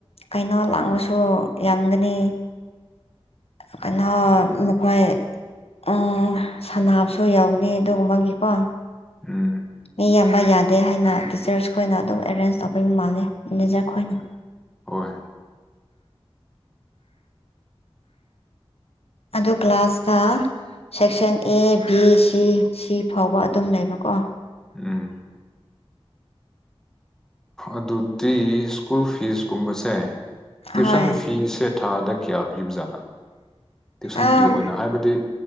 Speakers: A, on the left; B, in the centre.
A: ꯀꯩꯅꯣ ꯂꯥꯡꯕꯁꯨ ꯌꯥꯝꯒꯅꯤ
B: <inaudible>
A: ꯀꯩꯅꯣ
B: ꯎꯝ
A: ꯅꯈꯣꯏ ꯎꯝ ꯁꯅꯕꯁꯨ ꯌꯥꯎꯒꯅꯤ ꯑꯗꯨꯒꯨꯝꯕꯒꯤꯀꯣ
B: ꯎꯝ
A: ꯃꯤ ꯌꯥꯝ ꯌꯥꯗꯦ ꯍꯥꯏꯅ ꯇꯤꯆꯔꯁ ꯈꯣꯏꯅ ꯑꯗꯨꯝ ꯑꯦꯔꯦꯟꯖ ꯇꯧꯕꯤꯕ ꯃꯥꯜꯂꯦ ꯃꯦꯅꯦꯖꯔ ꯈꯣꯏꯅ
B: ꯍꯣꯏ
A: ꯑꯗꯣ ꯀ꯭ꯂꯥꯁꯗ ꯁꯦꯛꯁꯟ ꯑꯦ ꯕꯤ ꯁꯤ ꯁꯤ ꯐꯥꯎꯕ ꯑꯗꯨꯝ ꯂꯩꯕꯀꯣ
B: ꯎꯝ ꯑꯗꯨꯗꯤ ꯁ꯭ꯀꯨꯜ ꯐꯤꯁꯀꯨꯝꯕꯁꯦ ꯇꯨꯏꯁꯟ
A: ꯍꯣꯏ
B: ꯐꯤꯁꯦ ꯊꯥꯗ ꯀꯌꯥ ꯄꯤꯕ ꯖꯥꯠꯅ ꯇꯨꯏꯁꯟ
A: ꯑꯝ
B: ꯐꯤ ꯑꯣꯏꯅ ꯍꯥꯏꯕꯗꯤ